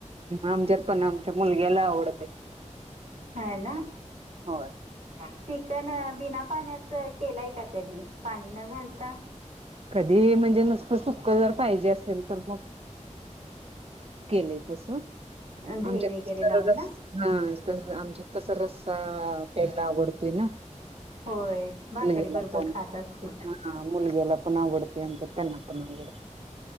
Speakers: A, on the right; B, on the right.
A: आमच्यात पण आमच्या मुलग्याला आवडते.
B: <inaudible>
A: होय.
B: पण बिना पाण्याच केलाय का कधी पाणी न घालता.
A: कधी म्हणजे नुसतं सुख जर पाहिजे असेल तर मग. केले तस.
B: दही
A: आमच्या
B: वगैरे लावून
A: र
B: ना
A: हा आमच्या कसा रस्सा प्यायला आवडतोय. ना.
B: होय भाकरी
A: मुलग्याला
B: बरोबर
A: पण
B: खात असतील.
A: हा मुलग्याला पण आवडते. आमच्या त्यांना पण आवडते.